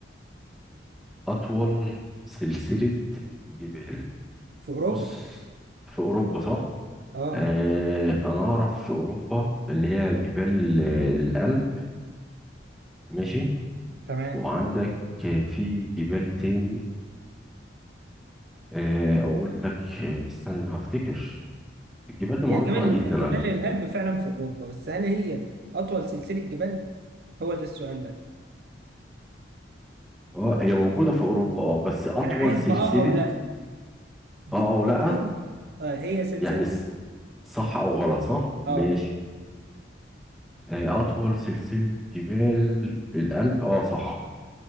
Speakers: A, in the centre; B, on the right (about 55°).
A: اطول سلسلة جبال
B: في اوروبا
A: بص في اوروبا صح
B: اه
A: آه، انا اعرف في اوروبا اللي هي جبال آه، الألب ماشي
B: تمام
A: وعندك آه، في جبال تاني آه، اقول لك آه، استنى هفتكر الجبال دي معروفة
B: هي جبال
A: جدا
B: جبال
A: على فكرة
B: الألب فعلا في اوروبا بس هل هي اطول سلسلة جبال هو ده السؤال بقى
A: اه هي موجودة في اوروبا اه بس اطول
B: انا عايز
A: سلسلة
B: بقى آه او لا ج-
A: اه او لا
B: أطول- آه هي سلسلة
A: يعني ص- صح او غلط صح ماشي
B: اه
A: آه، اطول سلسلة جبال الألب اه صح